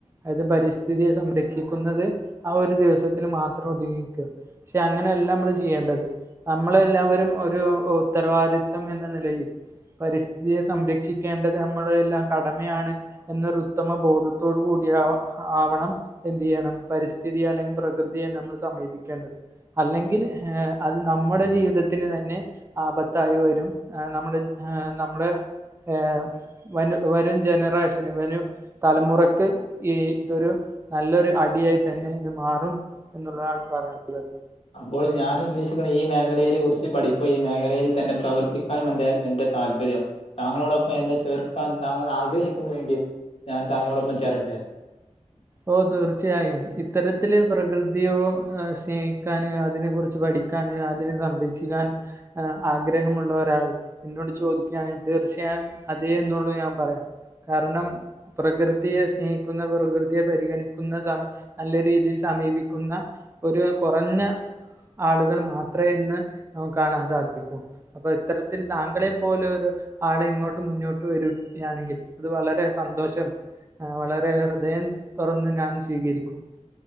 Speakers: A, on the right (about 20°); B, on the left (about 55°).
A: അയത് പരിസ്ഥിതിയെ സംരക്ഷിക്കുന്നത് ആ ഒരു ദിവസത്തിൽ മാത്രം ഒതുങ്ങിക്കാ പക്ഷെ അങ്ങനെല്ലമ്മള് ചെയ്യേണ്ടത് നമ്മളെല്ലാവരും ഒരു ഉത്തരവാദിത്വം എന്ന നിലയിൽ പരിസ്ഥിതിയെ സംരക്ഷിക്കേണ്ടത് നമ്മളെല്ലാം കടമയാണ് എന്നൊരു ഉത്തമ ബോധത്തോടു കൂടി ആവ ആവണം എന്ത് ചെയ്യണം പരിസ്ഥിതിയെ അല്ലെങ്കിൽ പ്രകൃതിയെ നമ്മൾ സമീപിക്കേണ്ടത് അല്ലെങ്കിൽ ഏ അത് നമ്മുടെ ജീവിതത്തിന് തന്നെ ആപത്തായി വരും ഏ നമ്മുടെ ഏ നമ്മുടെ ഏ വനു വരും ജനറേഷന് വനു തലമുറക്ക് ഈ തൊരു നല്ലൊരു അടിയായി തന്നെ ഇത് മാറും എന്നുള്ളതാണ് പറയാനുള്ളത്
B: അപ്പോൾ ഞാൻ ഉദ്ദേശിക്ക്ണെ ഈ മേഖലയില് കുറിച്ച് പഠിക്കോ ഈ മേഖലയിൽ തന്നെ പ്രവർത്തിക്കാനും മുണ്ടേ എന്റെ താൽപര്യം താങളോടൊപ്പം എന്നെ ചേർക്കാൻ താങ്ങൾ ആഗ്രഹിക്കുന്നുവെങ്കിൽ ഞാൻ താങ്ങളോടൊപ്പം ചേരട്ടെ
A: ഓ തീർച്ചയായും ഇത്തരത്തില് പ്രകൃതിയോ ഏ സ്നേഹിക്കാന് അതിനെ കുറിച്ച് പഠിക്ക പഠിക്കാൻ അതിനെ സംരക്ഷിക്കാൻ ആഗ്രഹമുള്ള ഒരാൾ എന്നോട് ചോദിക്കാണെങ്കിതീർച്ചയായും അതേ എന്നുള്ളൂ ഞാൻ പറയ കാരണം പ്രകൃതിയെ സ്നേഹിക്കുന്ന പ്രകൃ പ്രകൃതിയെ പരിഗണിക്കുന്ന സമ നല്ല രീതിയിൽ സമീപിക്കുന്ന ഒരു കുറഞ്ഞ ആളുകൾ മാത്രേ ഇന്ന് നമുക്കാണാൻ സാധിക്കൂ അപ്പൊ ഇത്തരത്തിൽ താങ്കളെ പോലൊരു ആള് ഇങ്ങോട്ട് മുന്നോട്ട് വരു കയാണെങ്കിൽ അത് വളരെ സന്തോഷം ആഹ് വളരെ ഹൃദയം തുറന്ന് ഞാൻ സ്വീകരിക്കും